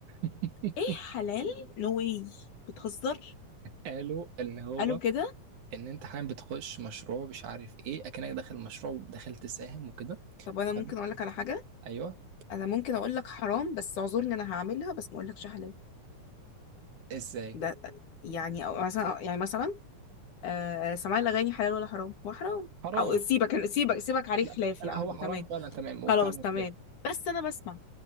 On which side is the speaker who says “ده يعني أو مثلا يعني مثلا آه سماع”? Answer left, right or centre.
Left